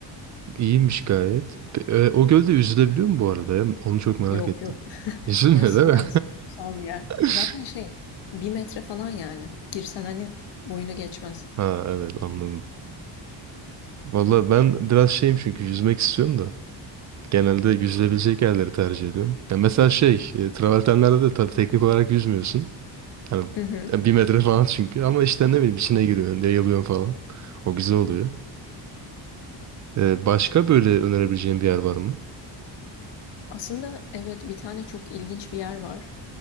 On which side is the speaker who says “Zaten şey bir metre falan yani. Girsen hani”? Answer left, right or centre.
Left